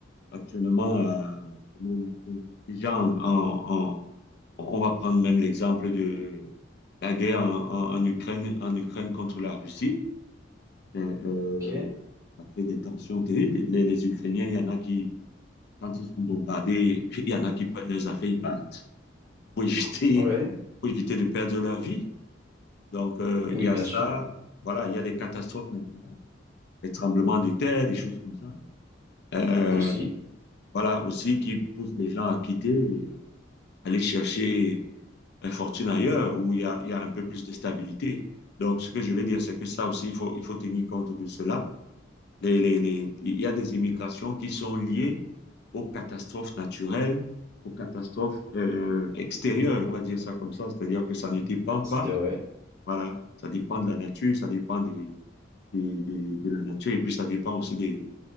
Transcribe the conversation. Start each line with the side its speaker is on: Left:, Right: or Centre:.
Left: actuellement, euh, comment on appelle, déjà, en- en- en- on va prendre même l'exemple de la guerre en, en- en Ukraine, en Ukraine contre la Russie. Euh, euh,
Right: Ok.
Left: ça crée des tensions terribles. Les, les Ukrainiens, il y en a qui, quand ils sont bombardés, <laughs> il y en a qui prennent leurs affaires, ils partent pour éviter,
Right: Ouais.
Left: pour éviter de perdre leur vie. Donc, euh, il
Right: Oui,
Left: y a
Right: bien
Left: ça.
Right: sûr.
Left: Voilà, il y a des catastrophes naturelles, des tremblements de terre, des choses comme ça. Euh,
Right: Aussi,
Left: voilà, aussi qui poussent les gens à quitter. aller chercher une fortune ailleurs où il y a, il y a un peu plus de stabilité. Donc, ce que je veux dire, c'est que ça aussi, il faut, il faut tenir compte de cela. Les, les, les, il y a des immigrations qui sont liées aux catastrophes naturelles, aux catastrophes euh, extérieures, on va dire ça comme ça, c'est-à-dire que ça ne dépend pas,
Right: c'est vrai.
Left: voilà, ça dépend de la nature, ça dépend des, des, des, de la nature, et puis ça dépend aussi des,